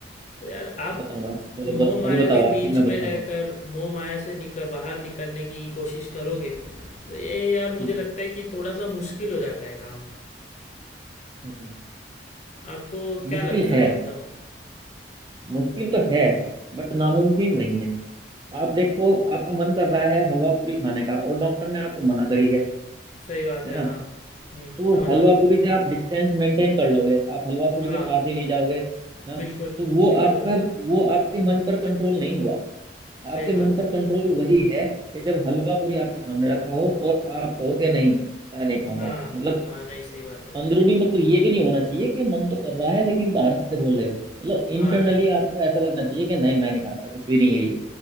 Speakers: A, on the left; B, on the right.
A: तो यार आप
B: बताऊंगा चलो
A: मोह
B: बत,
A: माया
B: अभी बताओ
A: के
B: आप
A: बीच
B: फिर मैं बताऊंगा
A: में रहकर मोह माया से निकल बाहर निकलने की कोशिश करोगे तो ये यार मुझे
B: हम्म
A: लगता है कि थोड़ा सा मुश्किल हो जाता है काम
B: हम्म हम्म,
A: आपको क्या
B: मुश्किल
A: लगता
B: है
A: है मतलब
B: मुश्किल तो है बट नामुमकिन नहीं है आप देखो आपका मन कर रहा है हलवा पूरी खाने का और डॉक्टर ने आपको मना करी है
A: सही बात
B: है
A: है
B: ना
A: हाँ हम्म
B: तो
A: समझ
B: हलवा
A: रहा
B: पूरी से आप डिस्टेंस मेंटेन कर लोगे आप हलवा
A: हूँ
B: पूरी
A: हाँ
B: के पास ही नहीं जाओगे हाँ
A: बिल्कुल
B: तो वो
A: बिल्कुल
B: आपका वो आपके मन पर कंट्रोल नहीं हुआ
A: सही
B: आपके
A: बात
B: मन पर
A: है
B: कंट्रोल वही है कि जब हलवा पूरी आपके सामने रखा हो और आप कहो कि नहीं मैं नहीं खाऊंगा
A: हाँ
B: मतलब
A: हाँ नहीं सही बात है
B: अंदरूनी मतलब ये भी नहीं होना चाहिए कि मन तो कर रहा है लेकिन बाहर से बोल रहे हो मतलब इंटरनली
A: हाँ नहीं
B: आपको ऐसा लगना चाहिए कि नहीं मैं नहीं खाता कुछ भी नहीं है ये